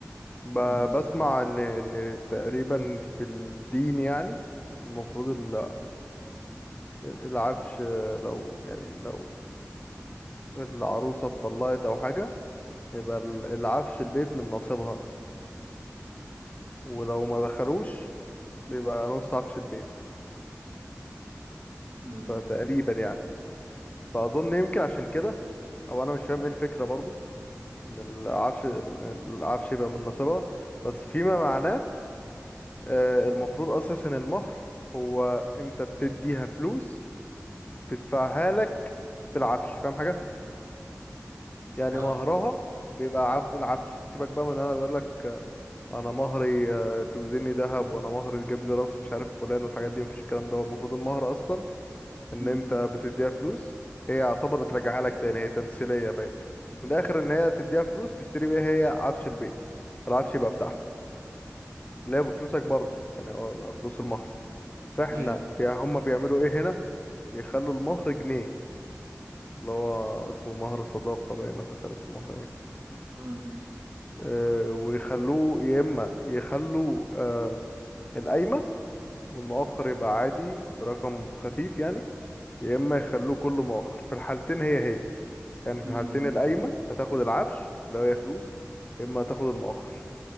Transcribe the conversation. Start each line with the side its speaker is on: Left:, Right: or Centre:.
Left: ب...
Right: بس
Left: بسمع ان ان تقريبا في الدين يعني المفروض ال... العفش لو يعني لو العروسة اتطلقت أو حاجة يبقى ال- العفش البيت من نصيبها ولو ما دخلوش بيبقى نص عفش البيت
Right: امم
Left: فتقريبا يعني فأظن يمكن عشان كده أو أنا مش فاهم إيه الفكرة برضو إن العفش ال- العفش يبقى من نصيبها بس فيما معناه آه، المفروض أساسا المهر هو أنت بتديها فلوس تدفعها لك في العفش فاهم حاجة؟ يعني
Right: اه
Left: مهرها بيبقى عف... العفش سيبك بقى من أنا بقول لك انا مهري آه، توزني ذهب وانا مهري تجيب لي راس مش عارف فلان والحاجات دي مفيش الكلام ده هو المفروض المهر اصلا ان
Right: مم.
Left: انت بتديها فلوس هي يعتبر بترجعها لك تاني هي تمثيليه باين من الاخر ان هي تديها فلوس تشتري بيها هي عفش البيت العفش يبقى
Right: مم.
Left: بتاعها اللي هي بفلوسك برضه يعني هو بقى فلوس المهر فاحنا
Right: أيوه
Left: بي... هم بيعملوا ايه هنا بيخلوا المهر جنيه اللي هو اسمه مهر صداقه باين ولا مش عارف اسمه مهر ايه
Right: مم.
Left: أه ويخلوه يا اما يخلوا أه القايمه والمؤخر يبقى عادي برقم خفيف يعني يا اما يخلوه كله مؤخر في الحالتين هي هي يعني
Right: مم.
Left: في الحالتين القايمة هتاخد العفش اللي هي فلوس يا اما هتاخد المؤخر